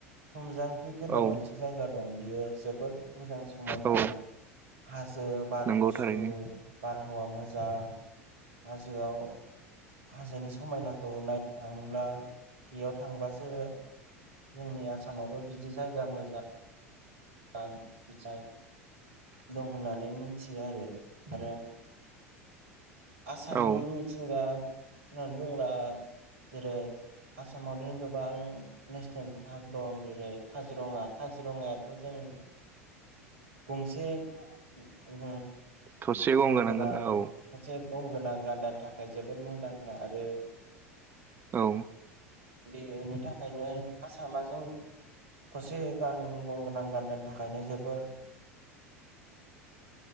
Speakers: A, on the right (about 60°); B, on the right (about 25°).
A: थुमजां पिक होननाय
B: औ
A: मोनसे जायगा दं बियो जोबोद मोजां समायना
B: औ
A: हाजो बार
B: नंगौ
A: गुसु
B: थारैनो
A: बारहावा मोजां हाजोआव हाजोनि समायनाखौ नायनो थांब्ला बेयाव थांब्लासो जोंनि आसामावबो बिदि जायगा मोजां आं <unintelligible> दं होननानै मिथियो आरो आरो आसामनि
B: औ
A: मिथिंगा होननानै बुङोब्ला जेरै आसामावनो गोबां नेसनेल पार्क दं जेरै काजिरङा काजिरङाया खौ जों गंसे ओ
B: थसे गं
A: गंगोनां
B: गोनांगोन औ
A: थसे गंगोनां गान्दानि थाखाय जोबोर मुंदांखा आरो
B: औ
A: बेनि थाखायनो आसामा जों <unintelligible> गान गं गोनां गान्दानि थाखायनो जोबोर